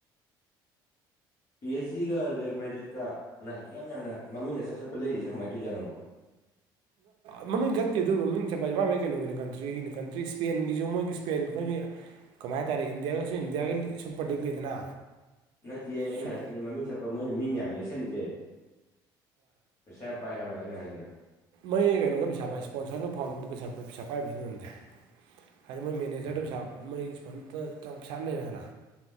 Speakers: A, on the left; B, on the right.
A: ꯄꯤ ꯑꯩꯆ ꯒꯗꯦ ꯃꯦꯗꯤꯠꯀꯅ ꯌꯥꯝ ꯌꯥꯝꯅ ꯃꯃꯤꯡ ꯑꯆꯥꯠ ꯆꯠꯄ ꯂꯩꯔꯤꯁꯤꯅ ꯀꯃꯥꯏꯅ ꯇꯧꯔꯤꯖꯥꯠꯅꯣꯕ
B: ꯃꯃꯤꯡ ꯊꯠꯇꯦ ꯑꯗꯨꯕꯨ ꯃꯃꯤꯡ ꯆꯠꯄ ꯍꯥꯏꯁꯦ ꯃꯥꯒꯤ ꯀꯩꯅꯣꯒꯤꯅ ꯀꯟꯇ꯭ꯔꯤꯒꯤꯅ ꯀꯟꯇ꯭ꯔꯤ ꯏꯁ꯭ꯄꯦꯟꯒꯤꯁꯨ ꯃꯣꯏꯒꯤ ꯏꯁ꯭ꯄꯦꯟ ꯑꯩꯈꯣꯏꯒꯤ ꯀꯃꯥꯏ ꯍꯥꯏꯇꯥꯔꯦ ꯏꯟꯗꯤꯌꯥꯒꯁꯨ ꯏꯟꯗꯤꯌꯥꯒꯤ ꯁꯨꯄꯔ ꯂꯤꯛ ꯂꯩꯗꯅ
A: ꯅꯠꯇꯤꯌꯦ ꯑꯩꯅ
B: ꯁꯨꯞ
A: ꯍꯥꯏꯗꯨꯗꯤ ꯃꯃꯤꯡ ꯆꯠꯄ ꯃꯣꯏꯅ ꯃꯤ ꯃ ꯌꯥꯝ ꯂꯦꯛꯁꯜꯂꯤꯁꯦ ꯄꯩꯁꯥ ꯄꯥꯏ ꯍꯥꯏꯕ ꯑꯩꯅ ꯍꯥꯏꯖꯤꯅ
B: ꯃꫭꯏ ꯀꯩꯅꯣꯗ ꯄꯩꯁꯥ ꯄꯥꯏ ꯏꯁ꯭ꯄꯣꯟꯁꯔꯁꯨ ꯐꯥꯎꯟꯗꯔ ꯄꯩꯁ ꯄꯩꯁꯥ ꯄꯥꯏꯕꯩꯖꯨ ꯑꫭꯏꯔꯝꯖꯥꯏ ꯍꯥꯏꯗꯤ ꯃꯣꯏ ꯃꯦꯅꯦꯖꯔꯗꯨꯁꯨ
A: ꯎꯝ
B: ꯁꯥ ꯃꯣꯏ ꯏꯁꯣꯟ ꯄꯩꯁꯥ ꯂꯩꯔꯦꯅ